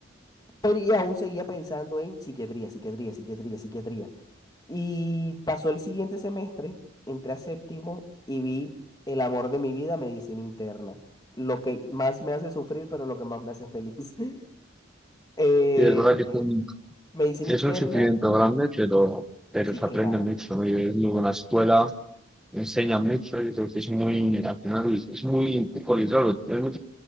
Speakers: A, on the left; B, in the centre.
A: Pero y aún seguía pensando en psiquiatría, psiquiatría, psiquiatría, psiquiatría. Y pasó el siguiente semestre, entré a séptimo y vi el amor de mi vida, medicina interna. Lo que más me hace sufrir, pero lo que más me hace feliz. <laughs> Eh,
B: Sí, es verdad que
A: eh,
B: son
A: medicina
B: Sí,
A: interna,
B: Es un sufrimiento grande, pero, pero
A: sí,
B: se
A: claro,
B: aprende mucho, ¿no? Y es muy buena escuela, enseña mucho, yo creo que es muy, al final, es muy poco claro, es muy-